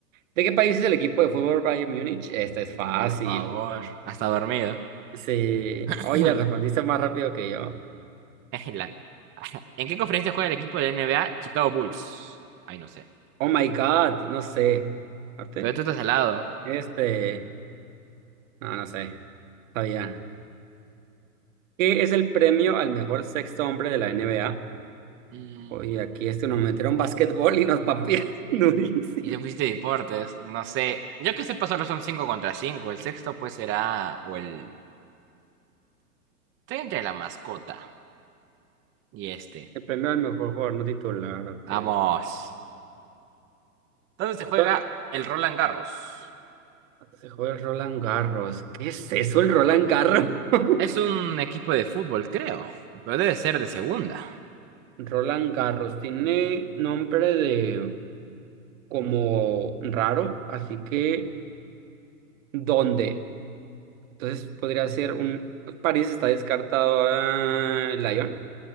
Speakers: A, on the right; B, on the right.
A: ¿De qué país es el equipo de fútbol Bayern Múnich? Esta es fácil.
B: Por favor, hasta dormido.
A: Sí,
B: <clears throat>
A: oye, la respondiste más rápido que yo.
B: La- ¿En qué conferencia juega el equipo de NBA? Chicago Bulls. Ay, no sé.
A: Oh my God, no sé. ¿Arte?
B: Pero tú estás al lado.
A: Este, no, no sé, sabía. ¿Qué es el premio al mejor sexto hombre de la NBA?
B: Mm,
A: Oye, aquí este nos metieron basquetbol y nos papearon <laughs> durísimo.
B: Y te pusiste deportes. No sé. Yo que sepa, solo son 5 contra cinco El sexto, pues será. O el. Estoy entre la mascota y este.
A: El premio al mejor jugador no titular, ok.
B: Vamos. ¿Dónde se juega
A: Don-
B: el Roland Garros?
A: Se juega el Roland Garros. ¿Qué es eso, el Roland Garros? <laughs>
B: Es un equipo de fútbol, creo. Pero debe ser de segunda.
A: Roland Garros tiene nombre de como raro, así que ¿dónde? Entonces podría ser un... pues, París está descartado. ah, Lyon.